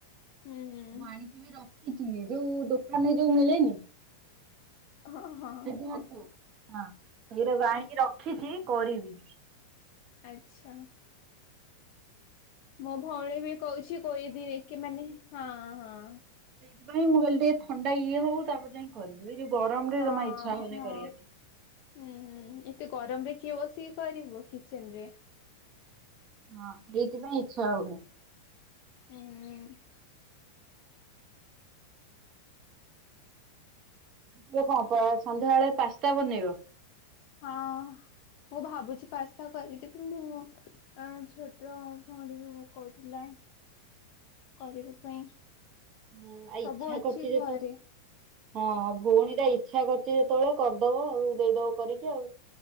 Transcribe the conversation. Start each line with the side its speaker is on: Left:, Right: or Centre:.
Left: ହୁଁ ହୁଁ
Right: ମୁଁ ଆଣିକି ରଖ ଯୋଉ ଦୋକାନରେ ଯୋଉ ମିଳେନି
Left: ହଁ ହଁ
Right: ସେଦିନଠୁ ହଁ ସେଗୁଡାକୁ ଆଣିକି ରଖିଛି କରିବି।
Left: ଆଚ୍ଛା। ମୋ ଭଉଣୀ ବି କହୁଛି କଉଦି କି ମାନେ ହଁ ହଁ।
Right: ସେଇଥିପାଇଁ ମୁଁ କହିଲି ଟିକେ ଥଣ୍ଡା ହଉ ତାପରେ ଯାଇ କରିବି ଏ ଯୋଉ ଗରମରେ
Left: ହଁ
Right: ଜମା ଇଚ୍ଛା ହେଉନି
Left: ହଁ
Right: କରିବା ପାଇଁ।
Left: ହୁଁ ହୁଁ ଏତେ ଗରମ ରେ କିଏ ବସିକ କରିବ କିଚେନ ରେ।
Right: ହଁ ଏଇଥିପାଇଁ ଇଚ୍ଛା ହଉନି।
Left: ହୁଁ ହୁଁ।
Right: ଯଦି ହବ ସନ୍ଧ୍ୟାବେଳେ ପାସ୍ତା ବନେଇବ।
Left: ହଁ ମୁଁ ଭାବୁଛି ପାସ୍ତା କରିଦେବି ମୁଁ ହ ଛୋଟ ଭଉଣୀ ବି କହୁଥିଲା କରିବା ପାଇଁ
Right: ହଁ ଆଉ
Left: ସବୁ
Right: ଇଚ୍ଛା
Left: ଅଛି
Right: କରୁଛି ଯେତେବେଳେ
Left: ଘରେ
Right: ହଁ ଭଉଣୀର ଇ ଇଚ୍ଛା କରିଛି ଯେତେବେଳେ କରିଦବ ଆଉ ଦେଇଦବ କରିକି ଆଉ।